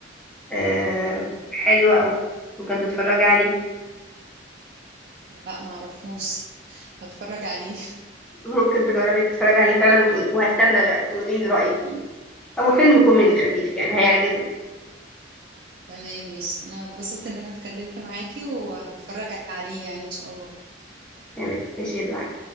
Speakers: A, in the centre; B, on the right.
A: آه
B: اه
A: حلو قوي ممكن تتفرجي عليه
B: لا ما اعرفوش هتفرج عليه
A: ممكن تجربي تتفرجي عليه فعلا وتقولي وهستنى بقى تقولي لي رأيك فيه هو فيلم كوميدي
B: <laughs>
A: خفيف يعني هيعجبك
B: تمام ماشي انا اتبسطت ان انا اتكلمت معاكي وهتفرج عليه يعني ان شاء الله
A: تمام ماشي يا دعاء